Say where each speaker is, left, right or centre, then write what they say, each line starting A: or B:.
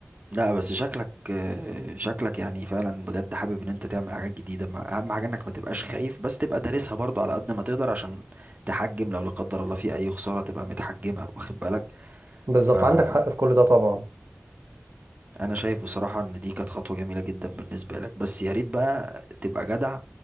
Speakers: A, on the right (about 35°); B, on the right (about 85°).
A: لا بس شكلك آه، شكلك يعني فعلا بجد حابب ان انت تعمل حاجات جديدة ما اهم حاجة انك ما تبقاش خايف بس تبقى دارسها برضو على قد ما تقدر عشان تحجم لو لا قدر الله في اي خسارة تبقى متحجمة واخد بالك
B: بالظبط
A: فانا
B: عندك حق في كل ده طبعا
A: شايف بصراحة ان دي كانت خطوة جميلة جدا بالنسبة لك بس يا ريت بقى تبقى جدع